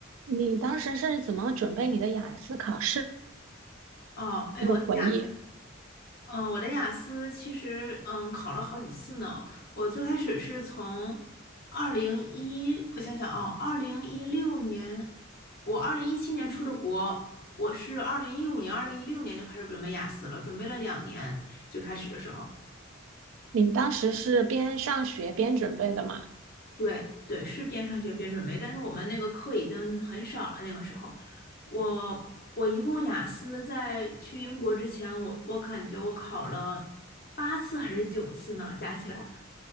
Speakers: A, on the right; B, on the left.
A: 你当时是怎么准备你的雅思考试
B: 哦，哎，
A: 的回忆？
B: 我的雅，嗯、我的雅思其实，嗯，考了好几次呢。我最开始是从二零一，我想想啊，二零一六年，我二零一七年出的国，我是二零一五年、二零一六年就开始准备雅思了，准备了两年，最开始的时候。
A: 你当时是边上学边准备的吗？
B: 对对，是边上学边准备，但是我们那个课已经很少了。那个时候，我我一共雅思在去英国之前，我我感觉我考了八次还是九次呢，加起来。